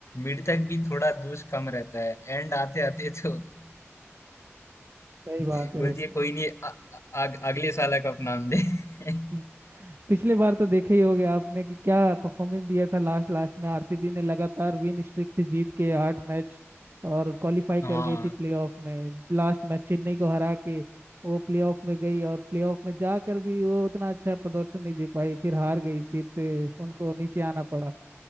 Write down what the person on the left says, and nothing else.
मिड तक भी थोड़ा जोश कम रहता है एंड आते आते तो
<laughs>
बोलती है कोई नहीं अ- अ- अग- अगले साल कप नाम दे <laughs>
हाँ